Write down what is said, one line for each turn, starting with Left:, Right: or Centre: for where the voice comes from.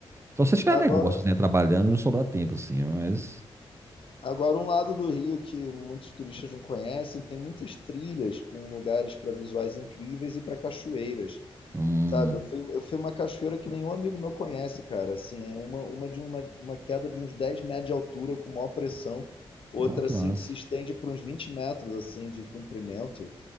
Right: Só se você tiver negócios,
Left: Agora,
Right: né, trabalhando e não sobrar tempo, assim, mas.
Left: agora, um lado do Rio que muitos turistas não conhecem, tem muitas trilhas com lugares para visuais incríveis e para cachoeiras.
Right: Hum,
Left: Sabe, eu fui, eu fui uma cachoeira que nenhum amigo meu conhece, cara. Assim, é uma, uma de uma, uma queda de uns 10 metros de altura com maior pressão, outra
Right: nó, que
Left: assim
Right: massa.
Left: que se estende por uns 20 metros assim de comprimento.